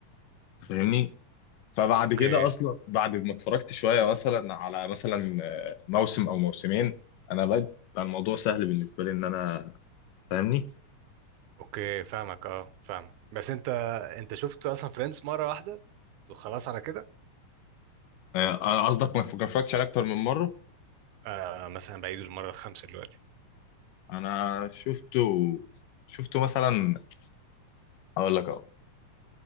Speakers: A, on the left (about 80°); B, on the right (about 75°).
A: فاهمني فبعد كده
B: اوكي
A: اصلا بعد ما اتفرجت شويه مثلا على مثلا آه، موسم او موسمين انا بقى بقى الموضوع سهل بالنسبه لي ان انا فاهمني
B: اوكي فاهمك اه فاهمك بس انت انت شفت اصلا فريندز مره واحده وخلاص على كده
A: آه، قصدك ما اتفرجتش عليه اكتر من مره
B: آه مثلا بعيد المره الخامسه دلوقتي
A: انا شفته شفته مثلا اقول لك اه